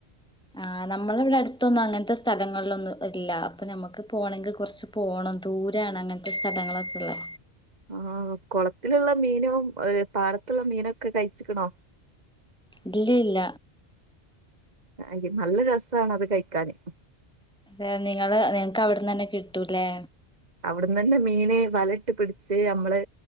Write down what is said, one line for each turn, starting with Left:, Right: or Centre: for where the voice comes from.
Centre: ആഹ് നമ്മളെവ്ടെ അട്ത്തൊന്നും അങ്ങൻത്തെ സ്ഥലങ്ങളിലൊന്നും ഇല്ല അപ്പൊ ഞമ്മക്ക് പോണെങ്കി കൊർച്ച് പോണം ദൂരാണ് അങ്ങൻത്തെ സ്ഥലങ്ങളൊക്കെള്ളെ
Right: ആഹ് കാെളത്ത്ല്ള്ള മീനും പാടത്ത്ള്ള മീനൊക്കെ കയ്ച്ച്ക്ക്ണോ
Centre: ഇല്ലഇല്ല
Right: അ നല്ല രസാണ് അത് കയ്ക്കാന്
Centre: ഏപ് നിങ്ങള് നിങ്ങക്ക് അവിട്ന്നന്നെ കിട്ടുലേ
Right: അവ്ട്ന്നന്നെ മീന് വലട്ട് പിട്ച്ച് ഞമ്മള്